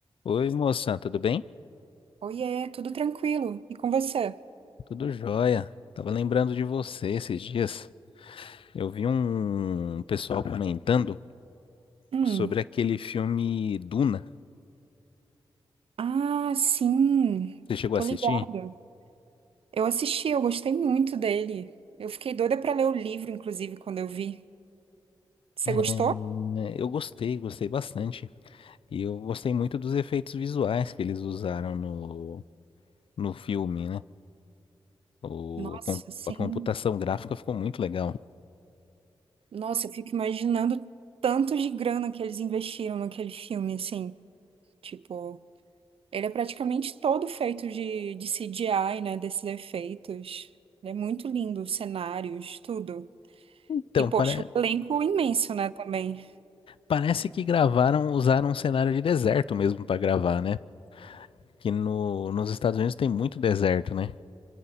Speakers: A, on the left; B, on the right.
A: Oi, moça, tudo bem?
B: Oiê, tudo tranquilo. E com você?
A: Tudo jóia. Tava lembrando de você esses dias. Eu vi um pessoal comentando
B: Hum.
A: sobre aquele filme Duna.
B: Ah, sim.
A: Você chegou
B: Tô
A: a assistir?
B: ligada. Eu assisti, eu gostei muito dele. Eu fiquei doida pra ler o livro, inclusive, quando eu vi. Você
A: É,
B: gostou?
A: Eu gostei, gostei bastante. E eu gostei muito dos efeitos visuais que eles usaram no, no filme, né? O,
B: Nossa,
A: a com-
B: sim.
A: a computação gráfica ficou muito legal.
B: Nossa, eu fico imaginando tanto de grana que eles investiram naquele filme, assim. Tipo, ele é praticamente todo feito de, de CGI, né? Desses efeitos. Ele é muito lindo, os cenários, tudo.
A: Então,
B: E, poxa,
A: pare-
B: o elenco imenso, né, também.
A: parece que gravaram, usaram um cenário de deserto mesmo para gravar, né? Que no, nos Estados Unidos tem muito deserto, né?